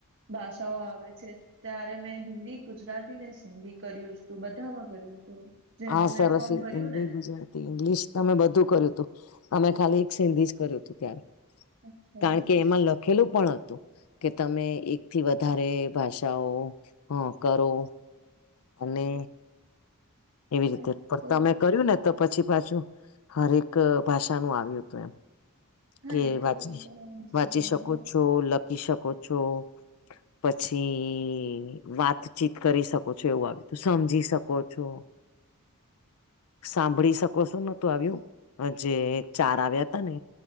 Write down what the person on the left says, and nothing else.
આ સરસ
એે
ગુજરાત. ઇંગ્લિશ અમે બધું કર્યું હતું, અમે ખાલી એક સિંધી જ કર્યું તું ત્યારે.
કારણ
કે, એમાં
લોકો ખેલું પણ હતું કે, તમે એકથી વધારે ભાષાઓ કરો. અને એવી
રીતે
પણ
તમે કર્યું ને. તો પછી પાછું હરેક ભાષાનું આવ્યું હતું એમ.
કે
વાચી,
વાંચી
શકો
છો, લખી શકો છો. પછી વાતચીત કરી શકો છો, એવું આવ તો સમજી શકો છો. સાંભળી શકો છો, નતું આવ્યું, જે ચાર આવ્યા ત ને.